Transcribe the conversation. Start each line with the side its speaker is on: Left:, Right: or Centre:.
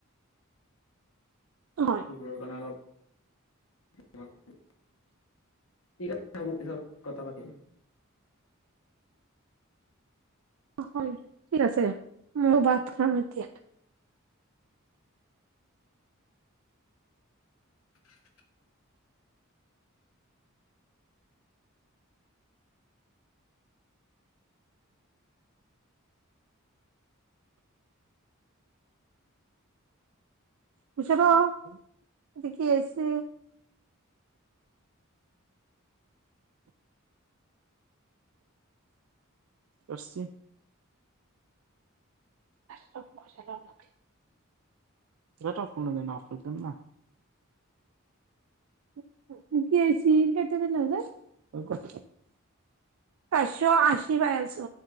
Right: <unintelligible>
Left: বোৰৰ কাৰণে অলপ <unintelligible> ঠিক আছে হব পিছত কথা পাতিম।
Right: অ হয় ঠিক আছে, ময়ো ভাত খাম এতিয়া।
Left: <unintelligible>
Right: <unintelligible> কি আহছে ৰচি। <inaudible> <unintelligible> <unintelligible> <unintelligible> আশি পাই আছো।